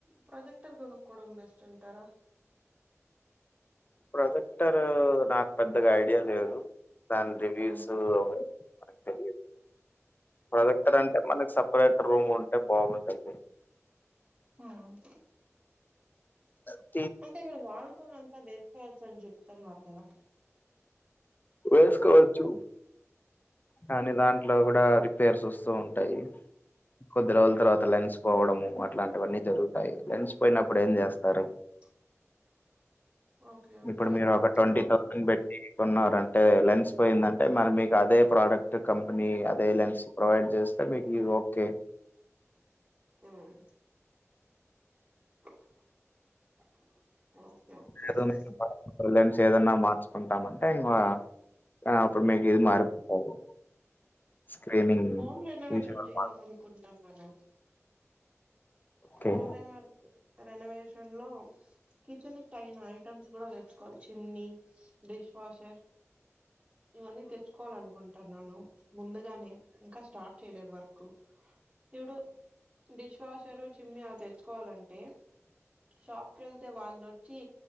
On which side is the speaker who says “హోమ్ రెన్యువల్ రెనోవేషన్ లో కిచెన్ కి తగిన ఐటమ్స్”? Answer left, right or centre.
Right